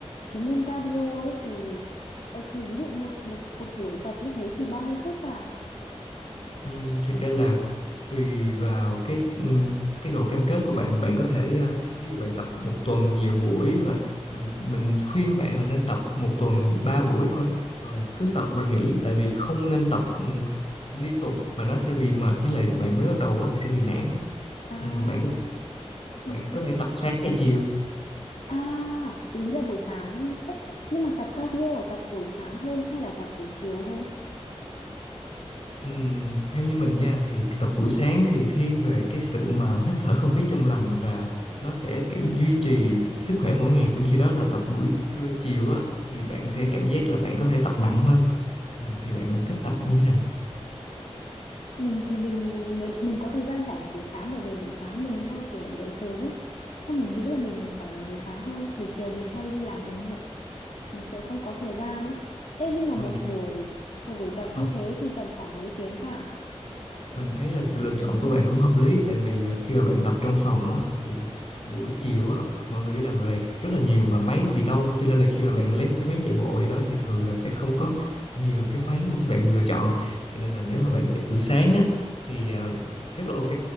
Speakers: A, on the left; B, on the left.
A: cái môn cardio ấy thì ờ, thì ví dụ một một một buổi tập như thế thì bao nhiêu phút à
B: Ừm, thực ra là tùy vào cái ừm, cái độ cam kết của bạn bạn có thể ờ, ví dụ bạn tập một tuần nhiều buổi và mình mình khuyên bạn là nên tập một tuần 3 buổi thôi rồi cứ tập rồi nghỉ tại vì không nên tập ừm, liên tục mà nó sẽ bị mệt với lại bạn mới bắt đầu á thì sẽ bị nản
A: à
B: Ừm, bạn
A: ok
B: bạn có thể tập sáng hay chiều
A: à ý là buổi sáng ấy nhưng mà tập cardio là tập buổi sáng hơn hay là tập buổi chiều hơn
B: Ừm, theo như mình nha thì tập buổi sáng thì thiên về cái sự mà hít thở không khí trong lành và nó sẽ kiểu duy trì sức khỏe mỗi ngày trong khi đó là tập buổi trưa chiều á thì bạn sẽ cảm giác là bạn có thể tập nặng hơn Ừm, thì bạn thích tập như thế nào
A: mình thì mình nếu mình có thời gian rảnh vào buổi sáng bởi vì buổi sáng mình hay kiểu dậy sớm ấy xong mình nghĩ là mình rảnh vào buổi sáng hơn buổi chiều mình hay đi làm về muộn mình sợ không có thời gian ấy Ê nhưng mà
B: mình
A: một buổi một buổi tập
B: ờ,
A: như thế thì tầm khoảng mấy tiếng ta
B: Mình thấy là sự lựa chọn của bạn cũng hợp lý tại vì ờ, khi mà bạn tập trong phòng á thì buổi chiều á mọi người đi làm về rất là nhiều và máy bị đông cho nên là khi mà bạn lấy một cái máy chạy bộ gì đó thì thường là sẽ không có nhiều cái máy để cho bạn lựa chọn cho nên là nếu mà bạn chọn buổi sáng á thì ờ, rất là ok